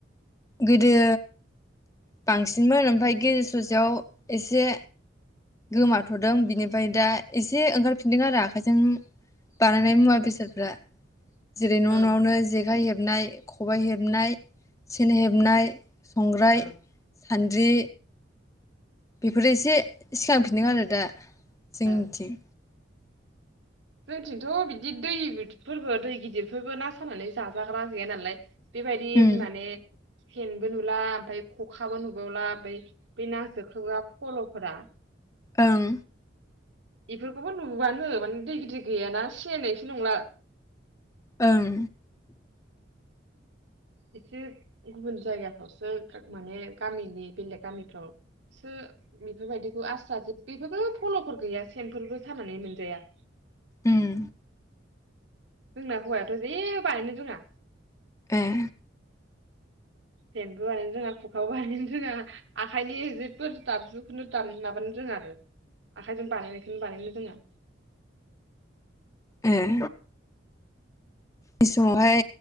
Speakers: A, on the left (about 15°); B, on the right (about 70°).
A: गोदो बांसिनमोन ओमफ्राय गेजेर ससेयाव एसे गोमाथदों बिनिफ्राय दा एसे ओंखारफिनदों आरो आखाइजों बानायनाय मुवा बेसादफ्रा जेरै नआवनो
B: ओं
A: जेखाइ हेब हेबनाय खबाय हेबनाय सेन हेबनाय संग्राय
B: ओं
A: सानद्रि बेफोरो एसे इस्लाम बिदिनो आरो दा जोंनिथिं
B: ओं जोंथिंथ' बिदि दैदिरफोरबो दै गिदिरफोरबो ना सानानै जाजाग्रा गैया नालाय बेबायदि
A: उम
B: माने सेनबो नुला ओमफ्राय खखाबो नुबावला ओमफ्राय बे नाजोख्लोबग्रा फल फोरा
A: ओं
B: इफोरखौबो नुबुबानो माने दै गिदिर गैयाना सिनायनायसो नंला।
A: ओं
B: एसे गुबुन जायगाफ्रावसो माने गामिनि बेलेग गामिफ्राव सो बेफोरबायदिखौ आस्रा जे बेफोरबो फलफोर गैया सेनफोरबो सानानै मोनजाया।
A: उम
B: जोंना हौवायाथ' जेबो बानायनो रोङा।
A: ऐ
B: सेनबो बानायनो रोङा खुखाबो बानायनो रोङा आखाइनि जेब्बो दाबजुखौनो दाम माबानो रोङा आरो आखायजों बानायनायखौनो बानायनो रोङा।
A: ऐ जाय समावहाय